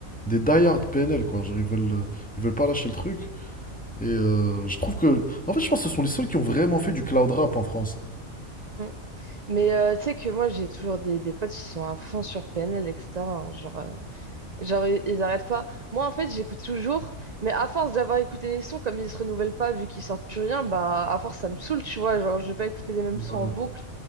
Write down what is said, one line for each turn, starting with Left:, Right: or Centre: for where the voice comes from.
Centre: des die-hard PNL, quoi. Genre, ils veulent, euh, ils veulent pas lâcher le truc. Et euh, je trouve que... En fait, je pense que ce sont les seuls qui ont vraiment fait du cloud rap en France.
Right: Mm. Mais euh, tu sais que moi, j'ai toujours des, des potes qui sont à fond sur PNL, etc. hein, genre. euh, Genre, ils, ils arrêtent pas. Moi, en fait, j'écoute toujours, mais à force d'avoir écouté les sons, comme ils se renouvellent pas, vu qu'ils sortent plus rien, bah, à force, ça me saoule, tu vois. Genre, je vais pas écouter les mêmes sons
Centre: Ouais,
Right: en boucle.